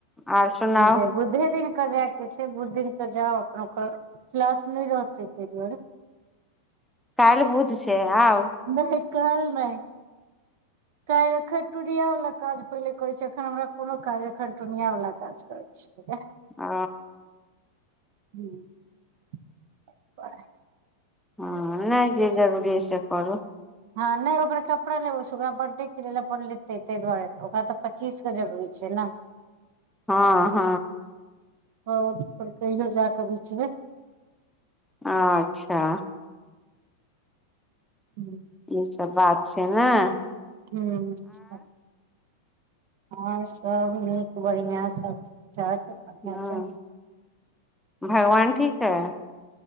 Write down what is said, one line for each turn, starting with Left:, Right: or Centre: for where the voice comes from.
Centre: आर सुनाउ
Right: हं जे बुधे दिन के जाय के छै बुध दिन के जाउ ओकर क्लास नहि रहते ताहि दुआरे।
Centre: काइल बुध छै आउ।
Right: नहि काल्हि नै। काल एखन टूनिया वाला काज पहिले करे छै एखन हमरा कोनो काज एखन टूनिया वाल काज करे। <unintelligible>
Centre: ह
Right: ह
Centre: हँ नहि जे जरूरी य से करू
Right: ह नहि ओकरा कपड़ा लेबो ओकरा बर्थडे के लेल अपन लेतै ताहि दुआरे ओक तऽ पच्चीस के जरूरी छैय न
Centre: ह ह
Right: ह त कहियो जाकऽ बीचमे
Centre: अच्छा
Right: हूँ
Centre: इ सब बात छैय नहि
Right: ह हँ आओर सब नीक बढ़िआँ सब च कढ़च
Centre: ह
Right: <inaudible>
Centre: भगवान ठीक हइ